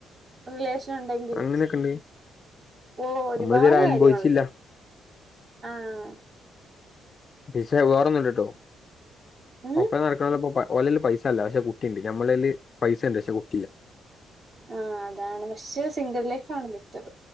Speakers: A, on the right; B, on the left.
A: റിലേഷനൊണ്ടെങ്കിൽ
B: അങ്ങനെയൊക്കെണ്ട്
A: ഓ ഒരുപാട്
B: നമ്മളിതുവരെ അനുഭവിച്ചില്ല
A: കാര്യങ്ങളൊണ്ട്. ആഹ്
B: വിഷേം വേറൊന്ന്ണ്ട്ടൊ.
A: ഉം
B: ഒപ്പരം നടക്ക് ഓലല് പൈസല്ല. പക്ഷെ കുട്ടിണ്ട്. നമ്മളേല് പൈസ ണ്ട് പക്ഷെ കുട്ടില്ല.
A: ആ അതാണ്. പക്ഷെ സിംഗിൾ ലൈഫാണ് ബെറ്ററ്.